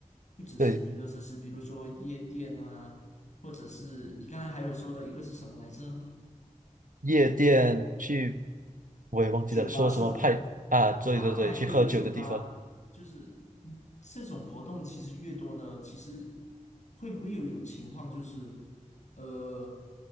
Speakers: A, on the left; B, on the right.
A: 不只是娱乐设施，
B: 对。
A: 比如说夜店啊，或者是你刚才还有说的一个是什么来着？
B: 夜店去，我也忘记了说什么派啊，
A: 酒吧是吧？
B: 对对对，
A: 啊，派对酒吧，
B: 去喝酒的地方。
A: 就是嗯这种活动其实越多呢，其实会不会有一种情况就是？呃，